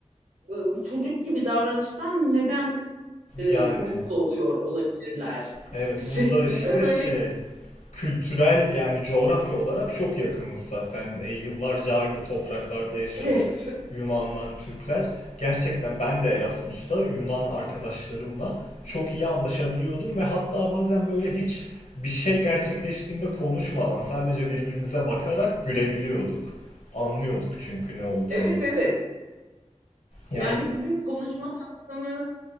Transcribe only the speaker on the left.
Yani
evet
burada işte
şey kültürel yani coğrafya olarak çok yakınız zaten. E, yıllarca aynı topraklarda yaşadık.
Yunanlar, Türkler. Gerçekten ben de Erasmus'ta Yunan arkadaşlarımla çok iyi anlaşabiliyordum ve hatta bazen böyle hiç bir şey gerçekleştiğinde konuşmadan sadece birbirimize bakarak gülebiliyorduk. Anlıyorduk çünkü ne olduğunu.
Yani